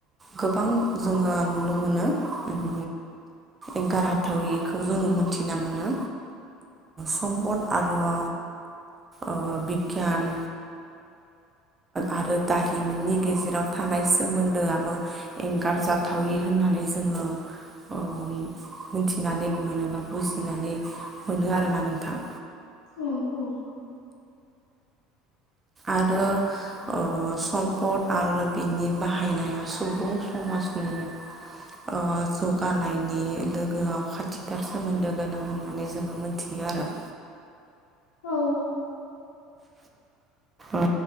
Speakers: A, on the right (about 20°); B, on the left (about 75°).
A: गोबां जोङो नुनो मोनो उम एंगारहाथायिखौ जोङो मोनथिना मोनो सम्पद आरो ओ बिगियान आरो दारिमिननि गेजेराव थानाय सोमोन्दोआबो एंगार जाथावि होननानै जोङो ओ मिथिनानै मोनोबा बुजिनानै मोनो आरोना नोंथां।
B: औ औ
A: आरो ओ सम्पद आरो बिनि बाहायनाया सुबुं समाजनि ओ जौगानायनि लोगोआव खाथिथार सोमोन्दो गोनां होननानै जोङो मोन थियो आरो
B: औ
A: ओ